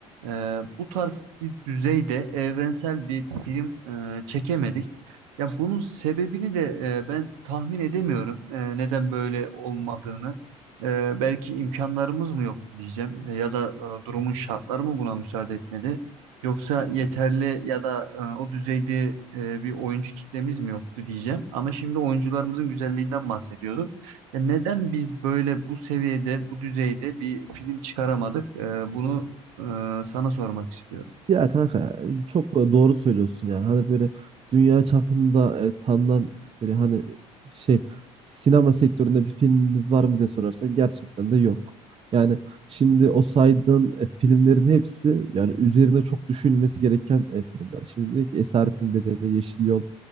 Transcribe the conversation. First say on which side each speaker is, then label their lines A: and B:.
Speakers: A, on the right; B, on the right.
A: E, bu tarz bir düzeyde evrensel bir film e, çekemedik. Ya bunun sebebini de e, ben tahmin edemiyorum. E, neden böyle olmadığını. E, belki imkanlarımız mı yok diyeceğim E, ya da e, durumun şartları mı buna müsaade etmedi. Yoksa yeterli ya da e, o düzeyde e, bir oyuncu kitlemiz mi yoktu diyeceğim. Ama şimdi oyuncularımızın güzelliğinden bahsediyorduk. Ya neden biz böyle bu seviyede, bu düzeyde bir film çıkaramadık? E, bunu e, sana sormak istiyorum.
B: Ya kanka çok doğru söylüyorsun yani. Hani böyle dünya çapında e, tanınan böyle hani şey sinema sektöründe bir filmimiz var mı diye sorarsan gerçekten de yok. Yani şimdi o saydığın e, filmlerin hepsi yani üzerine çok düşünülmesi gereken e, filmler. Şimdi dedik ki Esaretin Bedeli, Yeşil Yol